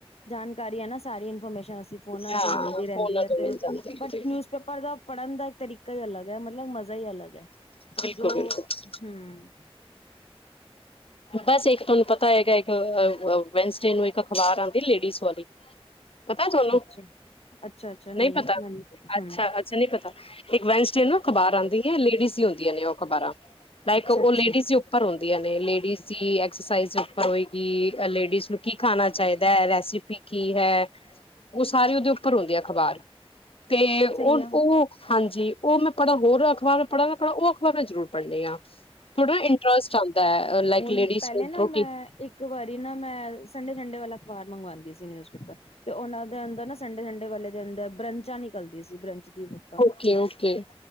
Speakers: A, on the left; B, on the left.
A: ਜਾਣਕਾਰੀ ਹੈ ਨਾ ਸਾਰੀਆਂ ਹਮੇਸ਼ਾ ਅਸੀ ਫੋਨਾਂ
B: ਹਾਂ
A: ਚ ਹੀ ਮਿਲਦੀ ਰਹਿੰਦੀ
B: ਫੋਨਾਂ
A: ਹੈ
B: ਤੋਂ
A: ਤੇ
B: ਮਿਲ ਜਾਂਦੀ ਹੈ
A: ਬਟ
B: ਜੀ
A: ਨਿਊਜ਼ਪੇਪਰ ਦਾ ਪੜ੍ਹਨ ਦਾ ਇੱਕ ਤਰੀਕਾ ਹੀ ਅਲੱਗ ਹੈ। ਮਤਲਬ, ਮਜ਼ਾ ਹੀ ਅਲੱਗ ਹੈ।
B: ਬਿਲਕੁਲ
A: ਜੋ
B: ਬਿਲਕੁਲ
A: ਹੂ ਖਾਲੀ
B: ਬਸ ਇੱਕ ਤੁਹਾਨੂੰ ਪਤਾ ਹੋਏਗਾ। ਇੱਕ ਅ-ਅ- ਵੈਨਸਡੇ ਨੂੰ ਇੱਕ ਅਖ਼ਬਾਰ ਆਉਂਦੀ, ਲੇਡੀਜ਼ ਵਾਲੀ। ਪਤਾ ਤੁਹਾਨੂੰ,
A: ਅੱਛਾ ਅੱਛਾ-ਅੱਛਾ
B: ਨਹੀਂ ਪਤਾ।
A: ਮੈਨੂੰ
B: ਅੱਛਾ-ਅੱਛਾ,
A: ਹੂੰ
B: ਨਹੀਂ ਪਤਾ, ਇੱਕ ਵੈਨਸਡੇ ਨੂੰ ਅਖਬਾਰ ਆਉਂਦੀ ਹੈ। ਲੇਡੀਜ਼ ਦੀ ਹੁੰਦੀਆਂ ਨੇ ਉਹ ਅਖਬਾਰਾਂ ਲਾਇਕ
A: ਅੱਛਾ-ਅੱਛਾ
B: ਉਹ ਲੇਡੀਜ਼ ਉਪਰ ਹੁੰਦੀਆਂ ਨੇ। ਲੇ ਕਿਸੀ ਐਕਸਰਸਾਈਜ਼ ਦੇ ਉੱਪਰ ਹੋਏਗੀ। ਐ ਲੇਡੀਜ਼ ਨੂੰ ਕੀ ਖਾਣਾ ਚਾਹੀਦਾ ਹੈ। ਰੈਸਪੀ ਕੀ ਹੈ, ਉਹ ਸਾਰੇ ਉਹਦੇ ਉੱਪਰ ਹੁੰਦੀ ਐ ਅਖਬਾਰ। ਤੇ ਉਹ-ਉਹ
A: ਸਹੀ ਆ
B: ਹਾਂਜੀ, ਉਹ ਮੈਂ ਪੜ੍ਹਾ, ਹੋਰ ਅਖ਼ਬਾਰ ਪੜ੍ਹਾ ਨਾ ਪੜ੍ਹਾ। ਉਹ ਅਖਬਾਰਾਂ ਮੈਂ ਜ਼ਰੂਰ ਪੜ੍ਹਦੀ ਆਂ। ਥੋੜਾ ਇੰਟਰਸਟ ਆਉਂਦਾ ਹੈ। ਲਾਈਕ
A: ਹੁਣ
B: ਲੇਡੀਜ਼
A: ਪਹਿਲੇ
B: ਨੂੰ
A: ਨਾ
B: ਪ੍ਰੋਟੀਨ
A: ਮੈਂ, ਇੱਕ ਵਾਰੀ ਨਾ ਮੈਂ, ਸੰਡੇ ਸੰਡੇ ਵਾਲਾ ਬਾਹਰ ਮੰਗਵਾਉਂਦੀ ਸੀ, ਨਿਊਜ਼। ਤੇ ਉਹਨਾਂ ਦੇ ਅੰਦਰ ਨਾ, ਸੰਡੇ-ਸੰਡੇ ਵਾਲੇ ਦੇ ਅੰਦਰ ਬਰੰਚਾਂ ਨਿਕਲਦੀਆਂ ਸੀ ਬਰੰਚ। ਬੁੱਕ
B: ਓਕੇ ਓਕੇ